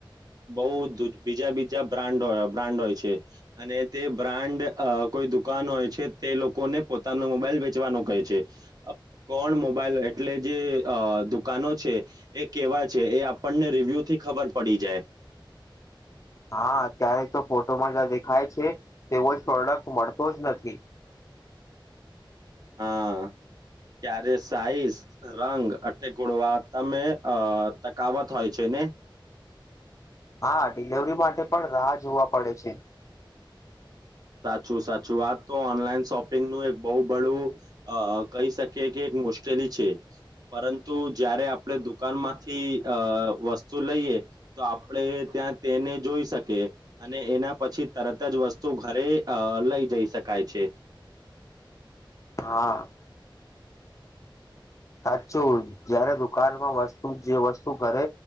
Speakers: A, on the right (about 45°); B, on the left (about 35°).
A: બ બીજા બીજા બ્રન્ બ્રાન્ડ હોય છે અને તે બ્રાન્ડ અહહ કોઈ દુકાન હોય છે તે લોકોને પોતાનો મોબાઈલ વેચવાનો કહે છે. કોણ મોબાઈલ એટલે જે અહહ દુકાનો છે એ કેવા છે એ આપણને રિવ્યુ થી ખબર પડી જાય
B: હા કયારેક તો ફોટોમાં જ દેખાય છે તોવો જ પ્રોડક્ટ મળતો જ નથી <inaudible>
A: હા ક્યારે સાઈઝ રંગ ગુણવત્તામાં હતા અ તકાવત હોય છે. મે
B: હા ડીલેવરી માટે પણ રાહ જોવા પડે છે.
A: સાચું સાચું વાત તો ઓનલાઈન શોપિંગનું એક બહુ બળું અ કહી શકીએ કે મુશ્કેલી છે પરંતુ જયારે આપણે દુકાન માંથી અહહ વસ્તુ લઈએ તો આપણે ત્યાં તેને જોઈ શકીએ અને એના પછી તરત જ વસ્તુ ઘરે લઈ જઈ શકાય છે
B: હા સાચું જયારે દુકાનમાં વસ્તુ જે વસ્તુ ઘરે